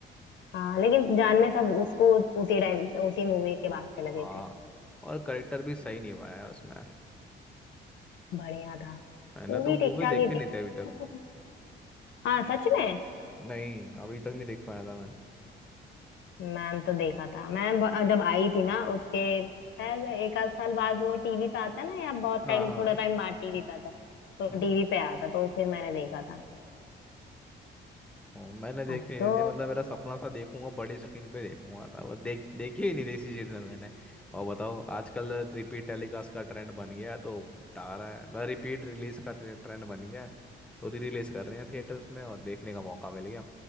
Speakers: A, on the left; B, in the centre.
A: हाँ लेकिन जानने सब उसको उसी टाइम उसी मूवी के बाद से लगे
B: हाँ
A: थे
B: और करेक्टर भी सही निभाया है उसमें
A: बढ़िया था
B: मैंने
A: मूवी
B: तो मूवी
A: ठीक ठाक
B: देखी
A: ही
B: नहीं
A: थी
B: थी अभी तक
A: <laughs> हाँ सच में
B: नहीं अभी तक नहीं देख पाया था मैं
A: मैंने तो देखा था मैं ब- जब आई थी ना उसके शायद एक आध साल बाद वो टीवी पे आता है ना या बहुत
B: हाँ
A: टाइम
B: हाँ
A: थोड़ा टाइम बाद टीवी पे आता है तो
B: हाँ
A: टीवी पे आया था तो फिर मैंने देखा था
B: ओ, मैंने देखी
A: अब
B: नहीं
A: तो
B: थी मतलब मेरा सपना था देखूंगा बड़ी स्क्रीन पे देखूंगा था वो देख देखी ही नहीं थी इसी चीज में मैंने और बताओ आजकल रिपीट टेलीकास्ट का ट्रेंड बन गया है तो आ रहा है रिपीट रिलीज का ट्रेंड बन गया है तो री रिलीज कर रहे हैं थिएटर्स में और देखने का मौका मिल गया